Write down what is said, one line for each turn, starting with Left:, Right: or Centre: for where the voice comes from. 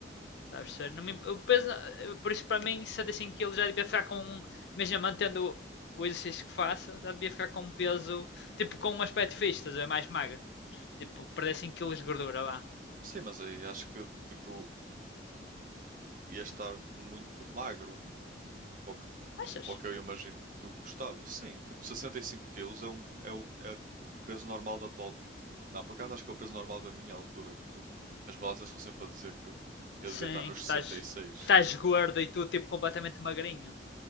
Left: Está a perceber? Não me- o peso, eh, por isso, para mim, sessenta e cinco quilos já devia ficar com um. Imagina, mantendo o exercício que faço, já devia ficar com um peso. Tipo, com um aspecto fixe, estás a ver? Mais magro. Tipo, perder cinco quilos de gordura lá.
Right: Sim, mas aí acho que, tipo, ia estar muito magro. Pouco
Left: Achas?
Right: para o que eu imagino que tu gostavas. Sim, tipo, 65 quilos é, um, é, o, é o peso normal da tua altura. Não, por acaso acho que é o peso normal da minha altura, que te- as balanças estão sempre a dizer que eu devia
Left: Sim,
Right: estar nos
Left: que estás.
Right: sessenta e seis
Left: Que estás gordo e tu, tipo, completamente magrinho.